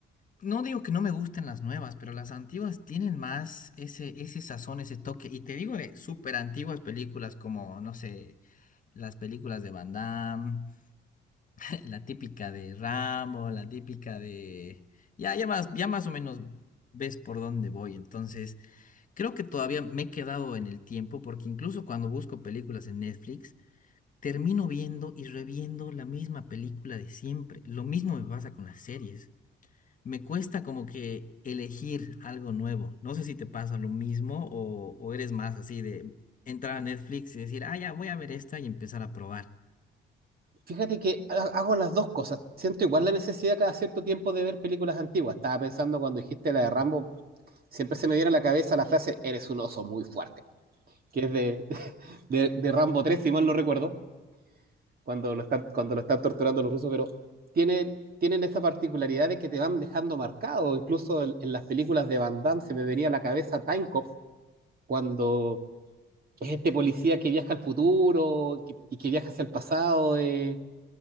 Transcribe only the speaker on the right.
Fíjate que ha- hago las dos cosas. Siento igual la necesidad cada cierto tiempo de ver películas antiguas. Estaba pensando cuando dijiste la de Rambo, siempre se me viene a la cabeza la frase, eres un oso muy fuerte, que es de, <laughs> de, de Rambo tres. si mal no recuerdo. cuando lo están, cuando lo están torturando los rusos, pero tienen, tienen esa particularidad de que te van dejando marcado. Incluso en, en las películas de Van Damme se me venía a la cabeza Time Cop, cuando es este policía que viaja al futuro que- y que viaja hacia el pasado, eh,